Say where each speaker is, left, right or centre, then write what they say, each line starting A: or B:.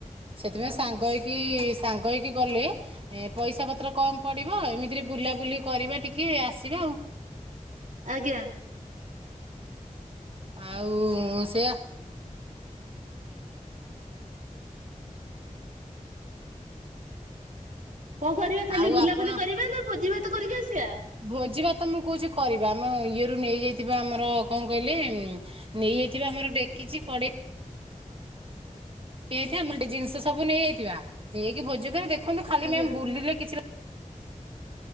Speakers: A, on the right; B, on the right.
A: ସେଥିପାଇଁ ସାଙ୍ଗ ହେଇକି ସାଙ୍ଗ ହେଇକି ଗଲେ ଏ ପଇସା ପତ୍ର କମ ପଡିବ ଏମିତିରେ ବୁଲାବୁଲି କରିବା ଟିକେ ଆସିବା ଆଉ।
B: ଆଜ୍ଞା।
A: ଆଉ ସେୟା
B: କଣ କରିବା ଖାଲି
A: ଆଉ
B: ବୁଲାବୁଲି
A: ଆପଣ
B: କରିବା ନା ଭୋଜି ଭାତ କରିକି ଆସିବା।
A: ଭୋଜି ଭାତ ମୁଁ କହୁଛି କରିବା ଆମ ଇଏରୁୁ ନେଇଯାଇଥିବା ଆମର କଣ କହିଲେ ନେଇଯାଇଥିବା ଆମର ଡେକିଛି କଢ଼େ ଇ ନେଇଯାଇଥିବା ଆମର ଜିନିଷ ସବୁ ନେଇଯାଇଥିବା ନେଇକି ଭୋଜି କରି ଦେଖନ୍ତୁ ଖାଲି
B: ଆଜ୍ଞା
A: ମ୍ୟାମ ବୁଲିଲେ କିଛି